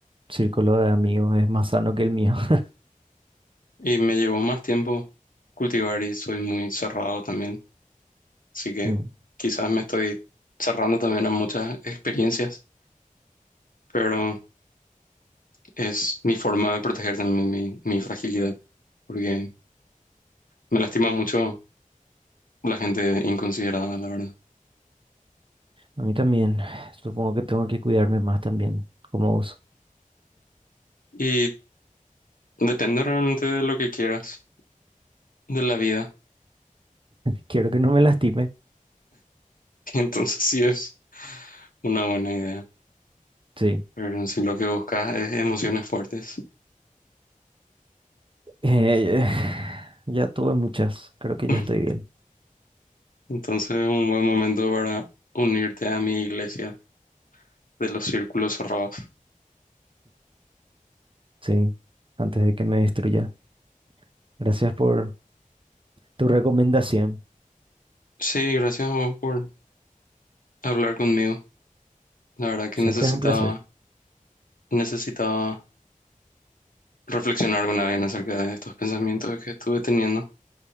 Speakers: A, on the right; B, on the left.
A: círculo de amigos es más sano que el mío. <laughs>
B: Y me llevó más tiempo cultivar y soy muy cerrado también. Así que
A: Mm.
B: quizás me estoy cerrando también a muchas experiencias, pero es mi forma de proteger también mi, mi fragilidad, porque me lastima mucho la gente inconsiderada, la verdad.
A: A mí también. Supongo que tengo que cuidarme más también, como vos.
B: Y depende realmente de lo que quieras, de la vida.
A: Quiero que no me lastime.
B: <laughs> Entonces sí es una buena idea,
A: Sí.
B: pero si lo que buscas es emociones fuertes,
A: Eh, <sighs> ya tuve muchas. Creo que
B: <laughs>
A: ya estoy bien.
B: entonces es un buen momento para unirte a mi iglesia de los círculos cerrados.
A: Sí, antes de que me destruya. Gracias por tu recomendación.
B: Sí, gracias a vos por hablar conmigo. La verdad que
A: Siempre
B: necesitaba,
A: es un placer.
B: necesitaba reflexionar con alguien acerca de estos pensamientos que estuve teniendo.